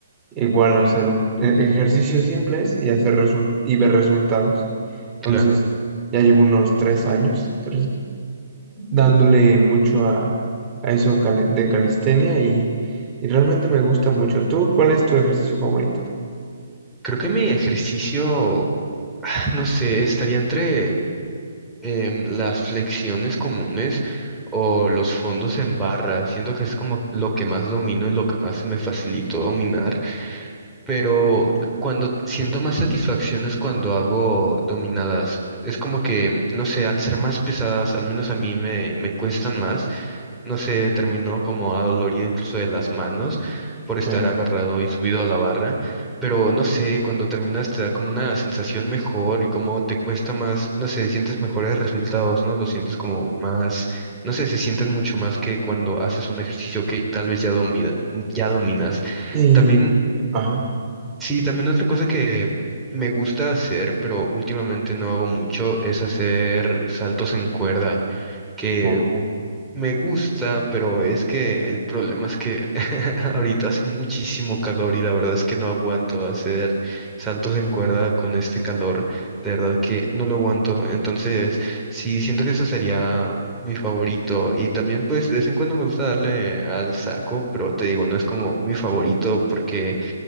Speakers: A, on the right (about 20°); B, in the centre.
A: Igual hacer un, e- ejercicios simples y, hacer resul- y ver resultados. Entonces,
B: claro.
A: ya llevo unos tres años tres- dándole mucho a, a eso cali- de calistenia y, y realmente me gusta mucho. ¿Tú cuál es tu ejercicio favorito?
B: Creo que mi ejercicio, ah, no sé, estaría entre em, las flexiones comunes o los fondos en barra. Siento que es como lo que más domino y lo que más se me facilitó dominar. Pero cuando siento más satisfacción es cuando hago dominadas. Es como que, no sé, al ser más pesadas, al menos a mí me, me cuestan más. no sé, terminó como adolorido incluso de las manos por estar
A: Sí.
B: agarrado y subido a la barra, pero no sé, cuando terminas te da como una sensación mejor y como te cuesta más, no sé, sientes mejores resultados, ¿no? Lo sientes como más, no sé, se sienten mucho más que cuando haces un ejercicio que tal vez ya domina, ya dominas.
A: Y...
B: También,
A: Ajá.
B: sí, también otra cosa que me gusta hacer, pero últimamente no hago mucho, es hacer saltos en cuerda que
A: Oh,
B: me gusta, pero es que el problema es que <laughs> ahorita hace muchísimo calor y la verdad es que no aguanto hacer saltos en cuerda con este calor. De verdad que no lo aguanto. Entonces, sí, siento que eso sería mi favorito. Y también, pues, de vez en cuando me gusta darle al saco, pero te digo, no es como mi favorito porque